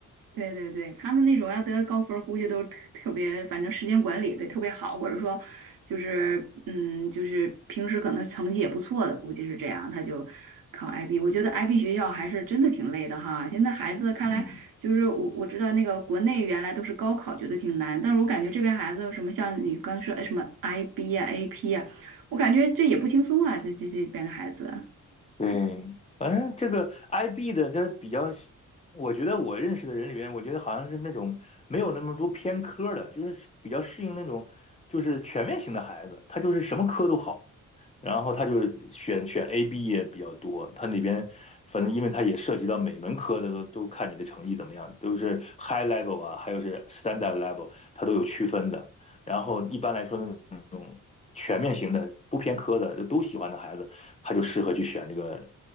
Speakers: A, on the right (about 85°); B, on the left (about 20°).
A: 对对对，他们那种要得高分儿估计都是特特别，反正时间管理得特别好，或者说就是嗯，就是平时可能成绩也不错的，估计是这样，他就考 IB。我觉得 IB 学校还是真的挺累的哈。现在孩子看来，
B: 嗯，
A: 就是我我知道那个国内原来都是高考觉得挺难，但是我感觉这边孩子什么像你刚说哎什么 IB 呀、AP 呀、我感觉这也不轻松啊，这这这边的孩子，
B: 对，反正这个 IB 的，他比较，我觉得我认识的人里面，我觉得好像是那种没有那么多偏科的，就是比较适应那种就是全面型的孩子，他就是什么科都好。然后他就选选 A、B 也比较多，它里边反正因为它也涉及到每门科的都都看你的成绩怎么样，都是 high level 啊，还有是 standard level，它都有区分的。然后一般来说那种全面型的、不偏科的就都喜欢的孩子，他就适合去选这个